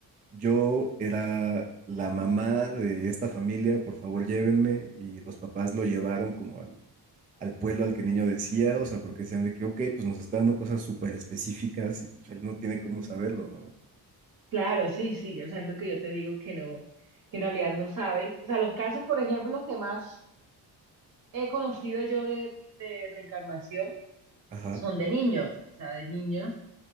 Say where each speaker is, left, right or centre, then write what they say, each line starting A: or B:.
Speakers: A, on the right; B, on the right.
A: yo era la mamá de esta familia, por favor llévenme. Y los papás lo llevaron como al, al pueblo al que el niño decía, o sea, porque decían de que, ok, pues nos está dando cosas súper específicas y pues él no tiene cómo saberlo, ¿no?
B: Claro, sí, sí, o sea, es lo que yo te digo que no, que en realidad no saben. O sea, los casos, por ejemplo, que más he conocido yo de, de reencarnación
A: Ajá,
B: son de niños, o sea, de niños